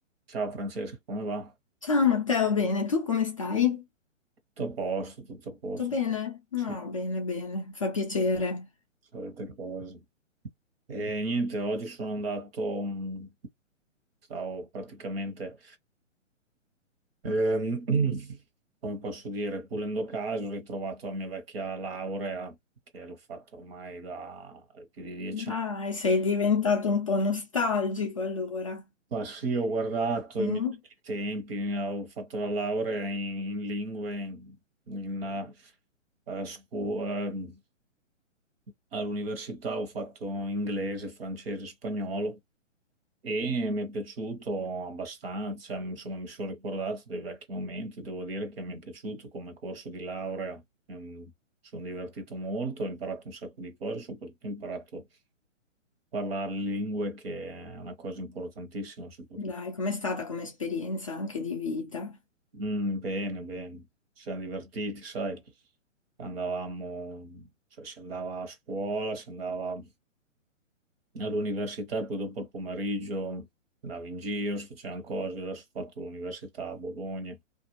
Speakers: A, on the right; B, on the left.
A: Ciao Francesco, come va?
B: Ciao Matteo, bene, tu come stai?
A: Tutto a posto, tutto a posto,
B: Tutto bene?
A: so-
B: No,
A: sì,
B: bene, bene, fa piacere.
A: solite cose. E niente, oggi sono andato, mh, stavo praticamente, ehm, <clears throat> come posso dire, pulendo caso, ho ritrovato la mia vecchia laurea, che l'ho fatto ormai da più di dieci
B: Dai,
A: anni.
B: sei diventato un po' nostalgico allora.
A: Ma sì, ho guardato
B: mm?
A: i miei vecchi tempi, eh, ho fatto la laurea in, in lingue in, in, eh, eh, scu- eh, all'università ho fatto inglese, francese, spagnolo e mi è piaciuto abbastanza, insomma mi sono ricordato dei vecchi momenti, devo dire che mi è piaciuto come corso di laurea, ehm, mi sono divertito molto, ho imparato un sacco di cose, soprattutto ho imparato a parlare lingue che è una cosa importantissima, soprattutto.
B: Dai, com'è stata come esperienza anche di vita?
A: Mm, bene, bene, ci siamo divertiti, sai, andavamo, cioè si andava a scuola, si andava all'università e poi dopo al pomeriggio andavo in giro, si facevano cose, adesso ho fatto l'università a Bologna.